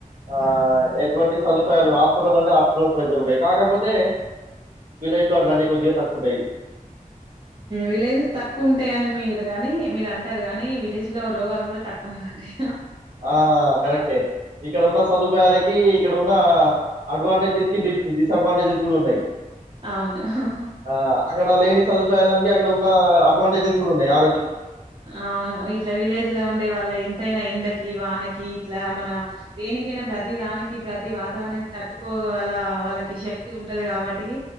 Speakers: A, on the right (about 55°); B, on the right (about 35°).
A: ఆ ఎటువంటి సదు హాస్పిటల్ అంటే హాస్పిటల్స్ దగ్గర ఉంటాయి కాకపోతే విలేజ్ లో అట్లాంటి కొద్దిగా తక్కువ ఉంటాయి
B: విలేజ్ తక్కువ ఉంటాయని మీరు గాని మీరు అంటా గానీ విలేజ్ లో రోగాలు కూడా తక్కువనే ఉంటాయి
A: ఆ కరెక్టే ఇక్కడ ఉన్న సదుపాయాలకి ఇక్కడ ఉన్న అడ్వాంటేజెస్ కి డిస్ డిస్ డిసడ్వాంటేజెస్ కూడా ఉన్నాయి
B: అవును
A: ఆ అక్కడ లేని సదుపాయాలునికి ఇక్కడ ఉన్న అడ్వాంటేజెస్ కూడా ఉన్నాయి ఆ
B: అవును ఇట్లా విలేజ్ లో ఉండే వాళ్ళ ఎంతైనా ఎండకి వాన కి ఇట్లా మన దేనికైనా ప్రతి దానికి ప్రతి వాతావరణానికి తట్టుకోగల వాళ్లకి శక్ శక్తి ఉంటది కాబట్టికి